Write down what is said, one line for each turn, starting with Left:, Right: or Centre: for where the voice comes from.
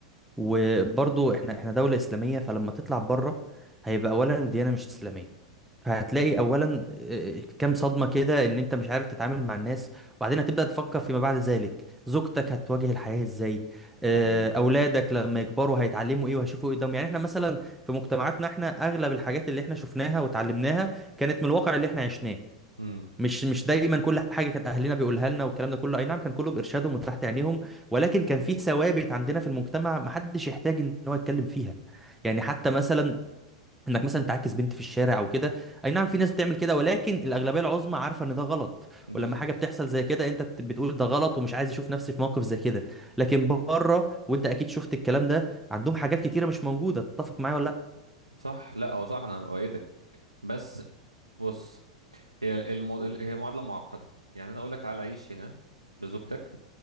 Centre: وبرضو احنا احنا دولة إسلامية فلما تطلع بره هيبقى أولا الديانة مش إسلامية فهتلاقي
Right: امم
Centre: أولا آه، كام صدمة كده إن أنت مش عارف تتعامل مع الناس وبعدين هتبدأ تفكر فيما بعد ذلك زوجتك هتواجه الحياة إزاي آه،
Right: ده حقيقي
Centre: أولادك لما يكبروا هيتعلموا إيه وهيشوفوا إيه قدامهم يعني احنا مثلا في مجتمعاتنا احنا أغلب الحاجات اللي احنا شفناها وتعلمناها كانت من الواقع اللي احنا عشناه
Right: امم
Centre: مش مش دايما كل حاجه كانت اهلنا بيقولها لنا والكلام ده كله اي نعم كان كله بارشادهم وتحت عينيهم ولكن كان في ثوابت عندنا في المجتمع محدش يحتاج ان هو يتكلم فيها يعني حتى مثلا انك مثلا تعاكس بنت في الشارع او كده اي نعم في ناس بتعمل كده ولكن الاغلبيه العظمى عارفه ان ده غلط
Right: بالظبط
Centre: ولما حاجه بتحصل زي كده انت بت- بتقول ده غلط ومش عايز اشوف نفسي في موقف زي كده لكن بره وانت اكيد شفت الكلام ده عندهم حاجات كتيره مش موجوده تتفق معايا ولا لا
Right: صح لا هو صح انا اؤيدك بس بص هي المو... هي معادلة معقدة يعني انا اقول لك تعال عيش هنا بزوجتك